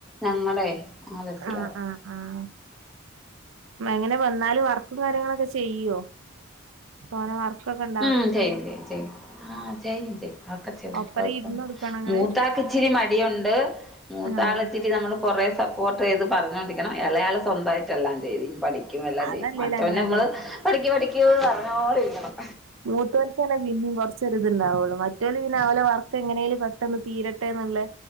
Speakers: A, in the centre; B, on the right.
A: ഞങ്ങളെ ആ ബസ്സിലവാം
B: ആഹ് ആഹ് ആഹ് മെങ്ങനെ വന്നാല് വർക്കും കാര്യങ്ങളൊക്കെ ചെയ്യുവോ? പാർക്കൊക്കേട്
A: ഉം ചെയ്യും ചെയ്യും ചെയ്യും ആഹ് ചെയ്യും ചെയ്യും ഒക്കെ ചെയ്
B: ഒപ്പരം
A: കുഴപ്പം
B: ഇരുന്ന് കൊടുക്കണോ ഇങ്ങള്
A: മൂത്താക്ക ഇച്ചിരി മടിയുണ്ട് മൂത്താള്
B: ആഹ്
A: ഇച്ചിരി നമ്മള് കുറേ സപ്പോർട്ട് ചെയ്ത് പറഞ്ഞോൊണ്ടിരിക്കണം ഇളയാള് സ്വന്തമായിട്ട് അല്ല ചെയ്തു പഠിക്കും എല്ലാം
B: അതല്ലേലും
A: ചെയ്യും മറ്റവന്ന
B: അങ്ങനെന്നെല്ലേ
A: നമ്മള് പഠിക്ക് പഠിക്ക് പറഞ്ഞോണ്ട് ഇരിക്കണം
B: മു പിന്നെ കുറച്ചൊരിത്ണ്ടാവുള്ളൂ മറ്റേല് പിന്നെ അവലെ വർക്ക് എങ്ങനെല് പെട്ടെന്ന് തീരട്ടെന്ന്ള്ളേ